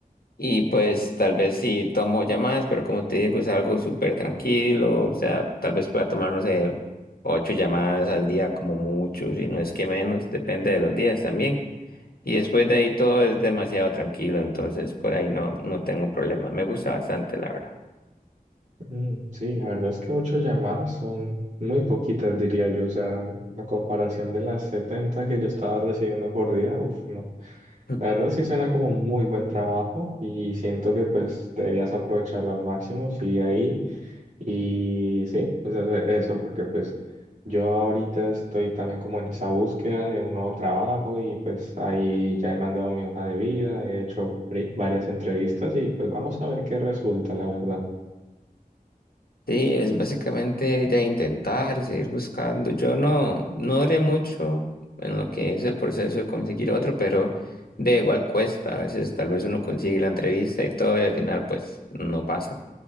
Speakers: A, on the left (about 75°); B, on the right (about 50°).
A: Y pues tal vez sí tomo llamadas, pero como te digo, es algo súper tranquilo, o sea, tal vez pueda tomar, no sé, ocho llamadas al día como mucho, si no es que menos, depende de los días también. Y después de ahí todo es demasiado tranquilo, entonces por ahí no, no tengo problema. Me gusta bastante, la verdad.
B: Mm, Sí, la verdad es que ocho llamadas son muy poquitas, diría yo. O sea, la comparación de las 70 que yo estaba recibiendo por día, uff, no.
A: Mm.
B: La verdad sí suena como un muy buen trabajo y siento que pues deberías aprovecharlo al máximo, sigue ahí y sí, pues ese- eso, porque pues yo ahorita estoy también como en esa búsqueda de un nuevo trabajo y pues ahí ya he mandado mi hoja de vida, he hecho pri- varias entrevistas y pues vamos a ver qué resulta, la verdad.
A: Sí, es básicamente de intentar y seguir buscando. Yo no, no duré mucho en lo que es el proceso de conseguir otro, pero de igual cuesta. A veces tal vez uno consigue la entrevista y todo, y al final pues no pasa.